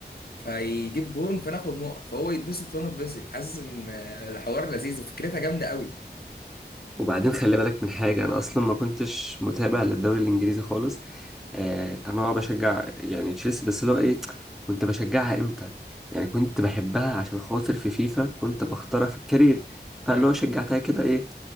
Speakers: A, on the left; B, in the centre.
A: فيجيب جون فناخد نقط فهو يتبسط وانا اتبسط حاسس ان آه، الحوار لذيذ وفكرتها جامده قوي
B: وبعدين خلي بالك من حاجة أنا أصلا ما كنتش متابع للدوري الإنجليزي خالص آه أنا أه بشجع يعني تشيلسي بس اللي هو إيه كنت بشجعها إمتى؟ يعني كنت بحبها عشان خاطر في فيفا كنت بختارها في الكارير فاللي
A: ايوه
B: هو شجعتها كده إيه